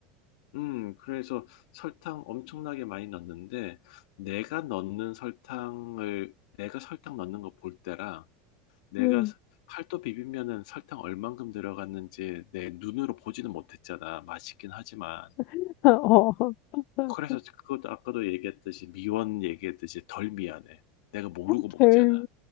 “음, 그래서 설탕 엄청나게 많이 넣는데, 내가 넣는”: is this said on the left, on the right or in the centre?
Left